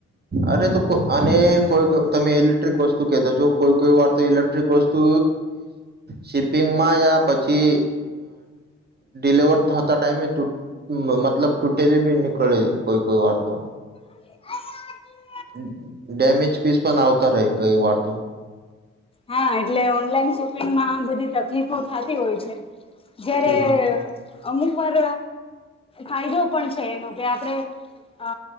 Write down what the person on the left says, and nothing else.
<unintelligible>
હા, એટલે ઓનલાઈન શોપિંગમાં બધી તકલીફો થતી હોય છે. જયારે.
અમુક વાર ફાયદો પણ છે, એનો કે આપણે અ